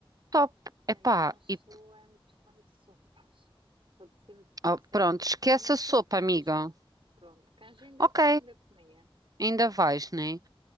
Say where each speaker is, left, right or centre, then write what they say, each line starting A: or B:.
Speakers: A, on the right (about 40°); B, on the right (about 65°).
A: top.
B: Ai,
A: Epá,
B: eu não sou
A: e
B: é muito fã de sopas, vou-te ser muito sincera.
A: oh, pronto, esquece
B: A não
A: a
B: ser
A: sopa,
B: canja.
A: amiga.
B: Pronto, canja ainda,
A: Ok,
B: ainda comi.
A: ainda vais, né?